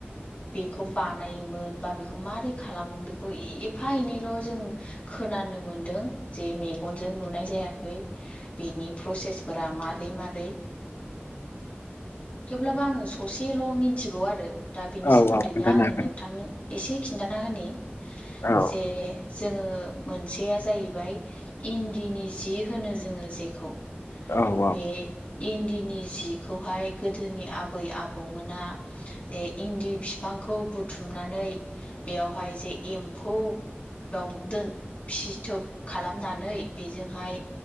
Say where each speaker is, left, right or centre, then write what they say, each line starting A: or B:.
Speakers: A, on the left; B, on the left.
A: बेखौ बानायोमोन बा बेखौ माबारै खालामो बेखौ एफा एनैल' जों खोनानो मोनदों जे मेगनजों नुनाय जायाखै बेनि प्रसेसफोरा मारै मा रै थेवब्लाबो आङो ससेल' मिथिगौ आरो दा बिनि
B: औ
A: सोमोन्दैनो
B: औ खोन्थानो
A: आङो
B: हागोन।
A: नोंथांनो एसे खिन्थाना होनि
B: औ
A: जे जोङो मोनसेया जाहैबाय इन्दिनि जि होनो जोङो जेखौ
B: औ औ
A: बे इन्दिनि जिखौहाय गोदोनि आबै आबौमोना जे इन्दि बिफांखौ बुथुमनानै बेयावहाय जे एम्फौ बावदोन फिथोब खालामनानै बेजोंहाय